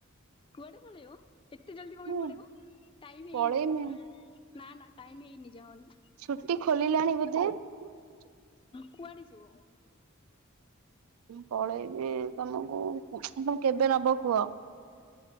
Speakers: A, on the left; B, on the right.
A: କୁଆଡେ ପଳେଇବ? ଏତେ ଜଲଦି କଣପାଇଁ
B: ମୁଁ
A: ପଳେଇବ ଟାଇମ
B: ପଳେଇମି
A: ହେଇନି ନା ନା ଟାଇମ ହେଇନି ଯାଅନି।
B: ଛୁଟି <unintelligible>
A: କୁଆଡେ ଯିବ?
B: ମୁଁ ପଳେଇବି ତମକୁ କେବେ ନବ କୁହ?